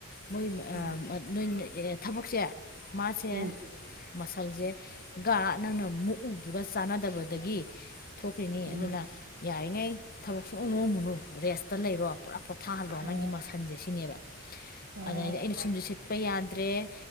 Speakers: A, on the left; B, on the right.
A: ꯃꯣꯏ
B: ꯎꯝ
A: ꯅꯣꯏ ꯊꯕꯛꯁꯦ ꯃꯥꯁꯦ
B: ꯎꯝ
A: ꯃꯁꯜꯁꯦ ꯅꯪꯅ ꯃꯨꯛꯎꯗꯨꯒ ꯆꯥꯟꯅꯗꯕꯗꯒꯤ ꯊꯣꯛꯈ꯭ꯔꯤꯅꯤ
B: ꯎꯝ
A: ꯑꯗꯨꯅ ꯌꯥꯔꯤꯉꯩ ꯊꯕꯛ ꯁꯨ ꯅꯣꯝ ꯅꯣꯝꯃꯨꯅꯨ ꯔꯦꯁꯇ ꯂꯩꯔꯣ ꯄꯨꯔꯥ ꯄꯣꯊꯥꯍꯜꯂꯣ
B: ꯑ
A: ꯅꯪꯒꯤ ꯃꯁꯟꯁꯦ ꯁꯤꯅꯦꯕ
B: ꯎꯝ
A: ꯑꯗꯗꯩꯗꯤ ꯑꯩꯅ ꯁꯨꯝꯖꯤꯠ ꯁꯤꯠꯄ ꯌꯥꯗ꯭ꯔꯦ